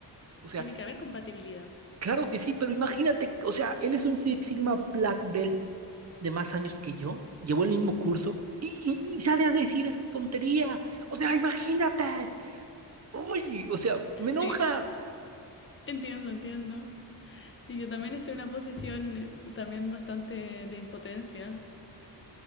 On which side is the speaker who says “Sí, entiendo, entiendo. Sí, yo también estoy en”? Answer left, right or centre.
Left